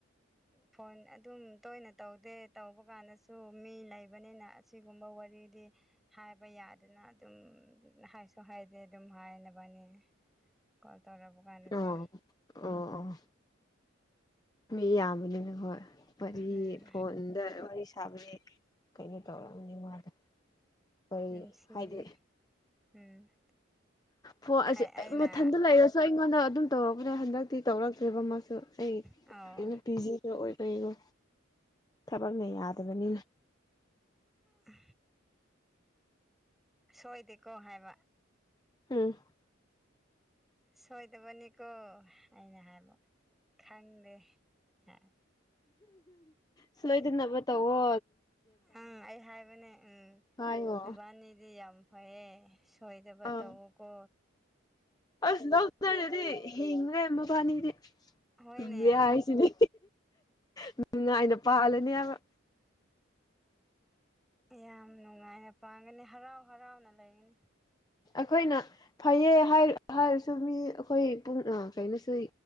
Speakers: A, in the centre; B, on the left.
A: ꯐꯣꯟ ꯑꯗꯨꯝ ꯇꯣꯏꯅ ꯇꯧꯗꯦ ꯇꯧꯕ ꯀꯥꯟꯗꯁꯨ ꯃꯤ ꯂꯩꯕ ꯅꯤꯅꯥ ꯑꯁꯤꯒꯨꯝꯕ ꯋꯥꯔꯤꯗꯤ ꯍꯥꯏꯕ ꯌꯥꯗꯅ ꯑꯗꯨꯝ ꯍꯥꯏꯁꯨ ꯍꯥꯏꯗꯦ ꯑꯗꯨꯝ ꯍꯥꯏꯅꯕꯅꯤ ꯀꯣ ꯇꯔꯕꯨ ꯀꯥꯏ ꯂꯩꯁꯨ
B: ꯑꯣ
A: ꯎ
B: ꯑꯣ ꯑꯣ ꯃꯤ ꯌꯥꯝꯕꯅꯤꯅ ꯍꯣꯏ ꯋꯥꯔꯤ
A: ꯎꯝ
B: ꯐꯣꯟꯗ ꯋꯥꯔꯤ ꯁ ꯊꯥꯕꯁꯦ ꯀꯩꯅꯣ ꯇꯧꯔꯑꯅꯤ ꯃꯥꯜꯂꯦ ꯑꯩꯣꯏ
A: ꯅꯨꯡꯁꯤ
B: ꯍꯥꯏꯗꯤ
A: ꯎꯝ
B: ꯍ
A: ꯑꯩꯅ
B: ꯑꯩꯁ ꯃꯊꯟꯇ ꯂꯩꯔꯁꯨ ꯑꯩꯉꯣꯟꯗ ꯑꯗꯨꯝ ꯇꯧꯔꯛꯄꯅꯦ ꯍꯟꯗꯛꯇꯤ ꯇꯧꯔꯛꯇ꯭ꯔꯦꯕ ꯃꯥꯁꯨ ꯑꯩ
A: ꯑꯧ
B: ꯏꯩꯅ ꯄꯤꯖꯤ ꯑꯣꯏꯕꯩꯔꯣ ꯊꯕꯛꯅ ꯌꯥꯗꯕꯅꯤꯅ
A: ꯎ ꯁꯣꯏꯗꯦꯀꯣ ꯍꯥꯏꯕ
B: ꯎꯝ
A: ꯁꯣꯏꯗꯕꯅꯤꯀꯣ ꯑꯩꯅ ꯍꯥꯏꯕ ꯈꯪꯗꯦ ꯍꯥ
B: ꯁꯂꯣꯏꯗꯅꯕ ꯇꯧꯕꯣ
A: ꯎꯝ ꯑꯩ ꯍꯥꯏꯕꯅꯦ ꯎꯝ
B: ꯍꯥꯏꯌꯣ
A: ꯅꯨꯕꯥꯅꯤꯗꯤ ꯌꯥꯝ ꯍꯣꯏꯑꯦ ꯁꯣꯏꯗꯕ
B: ꯑꯥ
A: ꯇꯧꯎꯀꯣ
B: ꯑꯁ ꯂꯧꯗꯔꯦꯗꯤ ꯍꯤꯡꯈꯦ ꯃꯕꯥꯅꯤꯗꯤ
A: ꯍꯣꯏꯅꯦ
B: ꯦ ꯍꯥꯏꯁꯤꯅꯦ ꯅꯨꯡꯉꯥꯏꯅ ꯄꯥꯂꯅꯦꯕ
A: ꯌꯥꯝ ꯅꯨꯡꯉꯥꯏꯅ ꯄꯥꯡꯒꯅꯤ ꯍꯔꯥꯎ ꯍꯔꯥꯎꯅ ꯂꯩꯒꯅꯤ
B: ꯑꯩꯈꯣꯏꯅ ꯐꯩꯌꯦ ꯍꯥꯏꯔꯁꯨ ꯃꯤ ꯑꯩꯈꯣꯏ ꯄꯨꯨꯡ ꯀꯩꯅꯣꯁꯨ